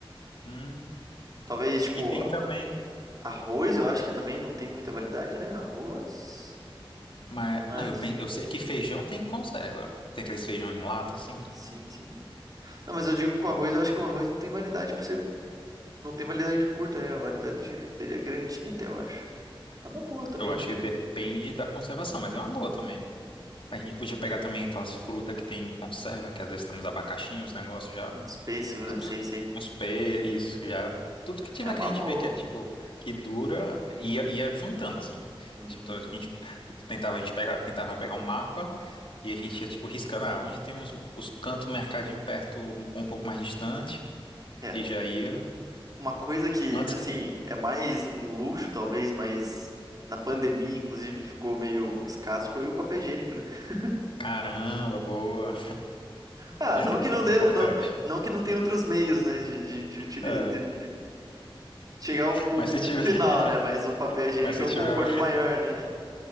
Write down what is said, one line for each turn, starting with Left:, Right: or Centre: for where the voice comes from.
Left: Hum.
Right: Talvez, tipo,
Left: E tem também
Right: arroz, eu acho que também não tem muita validade, né? Arroz.
Left: Mas,
Right: que mais?
Left: não, eu, pen- eu sei que feijão tem conserva. Tem aqueles feijão em lata, assim.
Right: Sim, sim. Não, mas eu digo com arroz, eu acho que o arroz não tem validade pra você. Não tem validade curta, né? A validade dele é grandinha até, eu acho. É uma boa também,
Left: Eu acho
Right: né?
Left: que depende da conservação, mas é uma boa também.
Right: Uhum.
Left: A gente podia pegar também aquelas frutas que tem conserva, que às vezes tem uns abacaxinhos, negócio já.
Right: Um pêssego, né?
Left: Tudo.
Right: Sei, sei.
Left: Uns pés, isso, já. Tudo que tiver
Right: É uma
Left: que a gente
Right: boa.
Left: vê que é tipo, que dura, ia, ia juntando, assim.
Right: Uhum.
Left: Tipo, então a gente tentava, a gente pegar, tentava pegar um mapa e a gente ia, tipo, riscando, ah, onde tem os, os cantos mercadinho perto, um pouco mais distante,
Right: É,
Left: e já ia.
Right: Uma coisa que,
Left: Antes
Right: assim,
Left: que.
Right: é mais um luxo, talvez, mas na pandemia, inclusive, ficou meio escasso, foi o papel higiênico, né? <laughs>
Left: Caramba, boa.
Right: Ah,
Left: <laughs>
Right: não que não dê,
Left: Importante.
Right: não, não que não tenha outros meios, né, de, de, de, utili-
Left: É.
Right: de- de chegar ao, ao-
Left: Mas se
Right: ao
Left: tiver,
Right: final,
Left: <laughs>
Right: né? Mas o papel higiênico
Left: mas se
Right: é um
Left: tiver
Right: conforto maior, né?